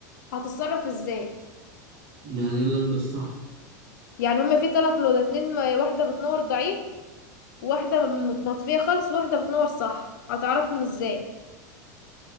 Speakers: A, on the left; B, on the right.
A: هتتصرف ازاي
B: يعني ايه اللمضة الصح
A: يعني هما في ثلاث لنض اتنين م- واحدة بتنور ضعيف واحدة متنطفية خالص واحدة بتنور صح هتعرفهم ازاي